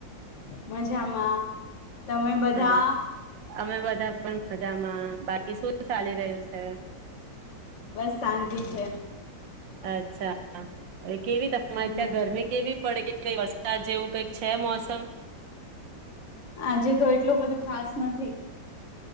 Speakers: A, on the left; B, on the right.
A: મજામાં. તમે
B: હા
A: બધા
B: અમે બધા પણ મજામાં બાકી શું ચાલી રહ્યું છે.
A: બસ શાંતિ છે.
B: અચ્છા. કેવી તમારે
A: હમ
B: ત્યાં ઘરમે કેવી પડ. ક વરસાદ જેવું કઈક છે મોસમ.
A: આજે તો એટલું બધું ખાસ. નથી.